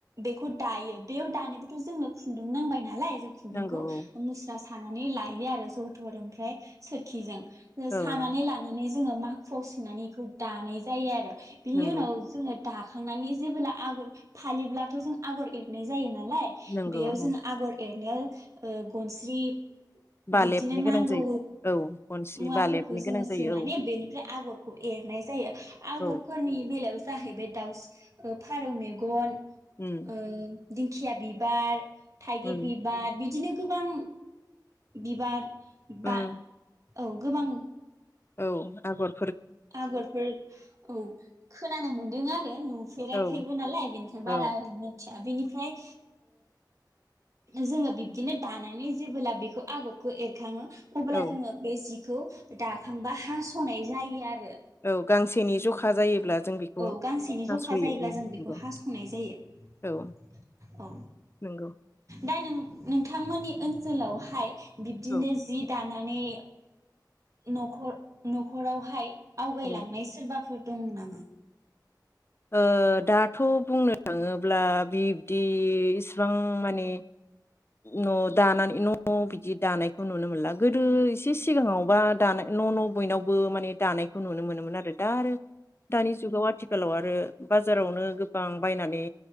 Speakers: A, on the right; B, on the left.
A: बेखौ दायो बेयाव दानोबोथ' जोंनो खुन्दुं नांबाय नालाय जों खुन्दुंखौ
B: नांगौ औ
A: मुस्रा सा सानानै लायो आरो जोथोर ओमफ्राय सोरखिजों। ओ
B: औ
A: सानानै
B: नंगौ
A: लानानै जोङो माखुआव सोनानै इखौ दानाय जायो आरो। बिनि
B: नंगौ
A: उनाव जोङो दाखांनानै जेबोला आगर फालिब्लाथ' जों आगर एरनाय जायोमोन नालाय
B: नंगौ
A: बेयाव जों
B: औ
A: आगर एर नो गनस्रि
B: बालेबनि
A: बिब्दिनो
B: गोनां
A: नांगौ
B: जायो औ गनसि
A: मुवाफोरखौ
B: बालेबनि
A: जोङो
B: गोनां जायो
A: सोनानै
B: औ
A: बेनिफ्राय आगर एरनाय जायो आगरफोरनि
B: औ
A: बेलायाव जाहैबाय दाउस फारौ मेगन
B: उम
A: ओ दिंखिया बिबार थाइगिर
B: उम
A: बिबार बिदिनो गोबां बिबार
B: उम
A: बा औ गोबां
B: औ आगर
A: आगरफोर औ खोनानो मोनो दों आरो? नुफेराखैबो
B: औ
A: नालाय बेनिखाय
B: औ
A: बारा ओरैनो दा बिनिफ्राय जोंङो बिब्दिनो दानानै जेबोला बेखौ आगरखौ एरखाङो अब्ला
B: औ
A: जोंङो बे जि खौ दाखांबा हासनाय जायो आरो।
B: औ गांसेनि जखा। जायोब्ला जों बेखौ
A: औ गांसेनि
B: नासयो
A: जखा जायोब्ला
B: औ
A: जों बेखौ
B: नंगौ
A: हा संनाय जायो
B: औ
A: औ।
B: नंगौ
A: दा नों नोंथांमोननि ओनसोलावहाय बिब्दिनो
B: औ
A: जि दान नानै नख नखरावहाय आवगायलांनाय
B: औ
A: सोरबा फोर दं नामा?
B: ओ दाथ बुंनो थाङोब्ला बिब्दि इसिबां माने न दानानै न बिदि दानायखौ नुनो मोनला गोदो एसे सिगाङावबा दानाय न न बयनावबो माने दानायखौ नुनो मोनोमोन आरो दा आरो दानि जुगाव आथिखालाव आरो बाजारावनो गोबां बायनानै